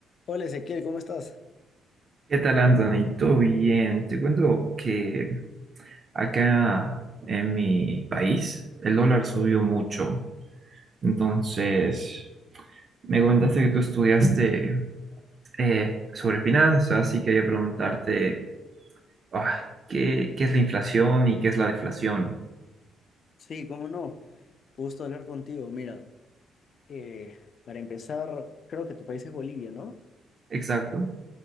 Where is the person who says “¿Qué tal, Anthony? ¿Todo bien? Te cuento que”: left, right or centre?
Right